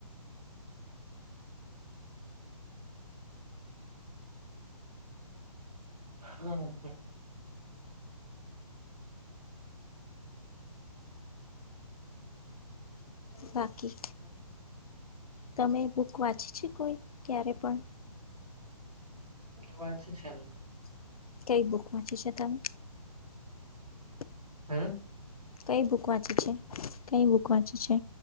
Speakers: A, on the right; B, on the left.
A: હમ હ હ
B: બાકી તમે બુક વાંચી છે કોઈ ક્યારે પણ
A: વાચી છે એમ
B: કઈ બુક વાચી છે તમે
A: હે
B: કઈ બુક વાંચે છે કઈ બુક વાંચે છે.